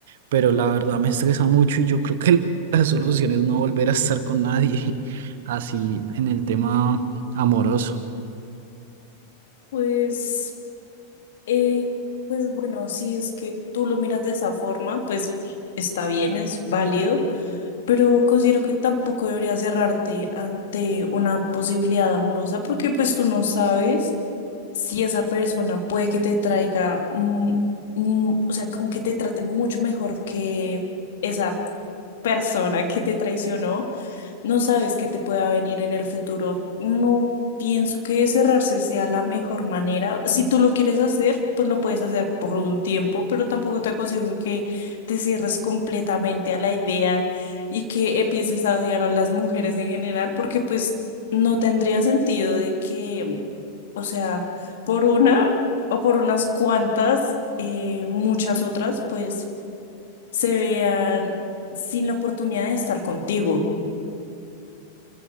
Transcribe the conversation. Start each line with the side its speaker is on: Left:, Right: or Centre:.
Right: pero la verdad me estresa mucho y yo creo que <laughs> la solución es no volver a estar con nadie <laughs> así en el tema amoroso.
Left: Pues, eh, pues bueno, si es que tú lo miras de esa forma, pues está bien, es válido, pero considero que tampoco deberías cerrarte ante una posibilidad amorosa porque pues tú no sabes. si esa persona puede que te traiga, mm, mm, o sea, como que te trate mucho mejor que esa persona que te traicionó, no sabes qué te pueda venir en el futuro. No pienso que cerrarse sea la mejor manera. Si tú lo quieres hacer, pues lo puedes hacer por un tiempo, pero tampoco te aconsejo que te cierres completamente a la idea y que empieces a odiar a las mujeres en general, porque pues no tendría sentido de que, o sea, por una o por unas cuantas, eh, muchas otras, pues se vean sin la oportunidad de estar contigo.